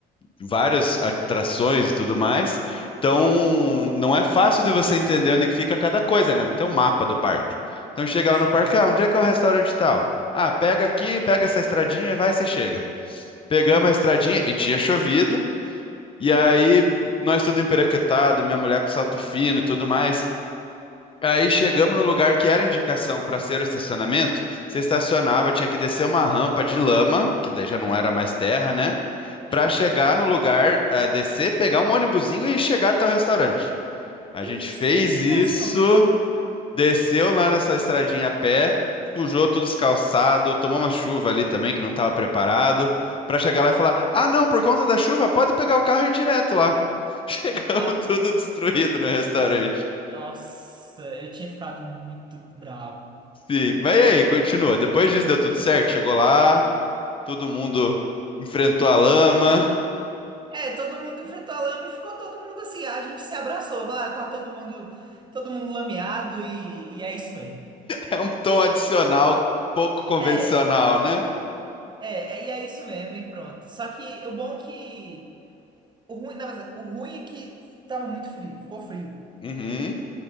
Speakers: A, on the left; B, on the right.
A: várias atrações e tudo mais. Então, não é fácil de você entender onde que fica cada coisa, né? Não tem um mapa do parque. Então, chega
B: sim.
A: lá no parque, ah, onde é que é o restaurante tal? Ah, pega aqui, pega essa estradinha e vai, você chega. Pegamos
B: Uhum.
A: a estradinha e tinha chovido. E aí, nós tudo emperequetado, minha mulher com salto fino e tudo mais. Aí chegamos no lugar que era indicação para ser o estacionamento. Você estacionava, tinha que descer uma rampa de lama, que daí já não era mais terra, né?
B: <laughs>
A: Para chegar
B: É.
A: no lugar, eh, descer, pegar um ônibusinho e chegar até o restaurante. A
B: Que
A: gente fez
B: isso, que peregrinação.
A: isso. Desceu lá nessa estradinha a pé, sujou todos os calçados, tomou uma chuva ali também que não estava preparado, para chegar lá
B: Sim.
A: e falar: Ah, não, por conta da chuva, pode pegar o carro e ir direto lá. <laughs> Chegamos
B: Ah,
A: tudo destruído no restaurante.
B: nossa, eu tinha ficado muito bravo.
A: Sim, mas e aí, continua. Depois disso deu tudo certo, chegou lá, todo mundo enfrentou a lama. <laughs>
B: É, todo mundo enfrentou a lama e ficou todo mundo assim. A gente se abraçou, vai, tá todo mundo, todo mundo lameado e, e é isso mesmo.
A: É um tom adicional, pouco convencional,
B: É,
A: né?
B: é, é, e é isso mesmo, e pronto. Só que o bom é que. O ruim, na verdade, o ruim é que tava muito frio, ficou frio,
A: Uhum.